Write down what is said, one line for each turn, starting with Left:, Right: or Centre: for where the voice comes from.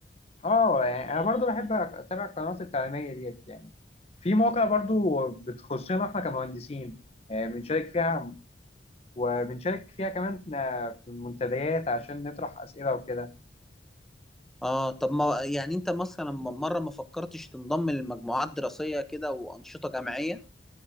Left: اه يعني انا برضو بحب اتابع القنوات التعليميه ديت يعني في مواقع برضو بتخصنا احنا كمهندسين آه، بنشارك فيها وبنشارك فيها كمان آه، في المنتديات عشان نطرح اسئله وكده
Centre: آه طب ما يعني أنت مثلا م- مرة ما فكرتش تنضم لمجموعات دراسية كده وأنشطة جامعية؟